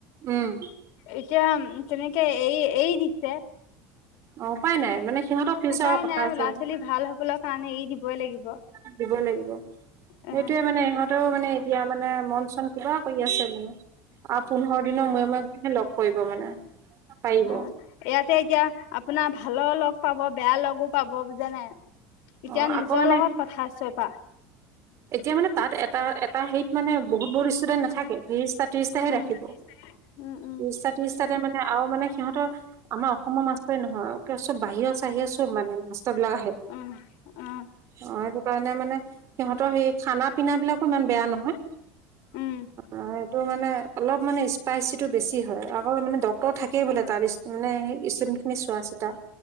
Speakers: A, on the right (about 45°); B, on the left (about 70°).
A: উম'।
B: এতিয়া তেনেকে এই এৰি এৰি দিছে।
A: অ' উপাই নাই। মানে সিহঁতৰ ফিউচাৰৰ
B: উপায়
A: কথা
B: নাই
A: আছে
B: ল'ৰা ছোৱালী ভাল হবলৈ কাৰণে এৰি দিবই লাগিব অ
A: আৰু দিবই লাগিব।
B: অ
A: এইটোয়ে মানে ইহঁতেও মানে এতিয়া মানে মন চন কিবা কৰি আছে মানে। আহ পোন্ধৰ দিনৰ মূৰে -মূৰে লগ কৰিব মানে পাৰিব।
B: অ ইয়াতে এতিয়া আপোনাৰ ভালৰ লগ পাব বেয়া লগো পাব বুজে নে। এতিয়া
A: অ
B: নিজৰ
A: আকৌ মানে
B: লগত কথা আছেপা।
A: এতিয়া মানে তাত এটা এটা হত মানে বহুত- বহুত ইসটুডেন্ট আছে। থাকে ত্ৰিশটা ত্ৰিশটা হে
B: উম
A: ৰাখিব
B: উম উম
A: ত্ৰিশটা ত্ৰিশটাতে মানে আৰু মানে সিহঁতৰ আমাৰ অসমৰ মাষ্টৰেই নহয় চব বাহিৰৰ চাহিৰৰ চব মানে মাষ্টৰ বিলাক আহে।
B: উম উম
A: অ সেইটো কাৰণে মানে সিহঁতৰ সেই খানা- পিনা বিলাকো ইমান বেয়া নহয়।
B: উম
A: অ এইটো মানে অলপ মানে স্পাইচিটো বেছি হয়। আকৌ মানে ডক্তৰ, থাকেই বোলে তাৰ মানে ইঈখি <unintelligible> নি চোৱা চিতা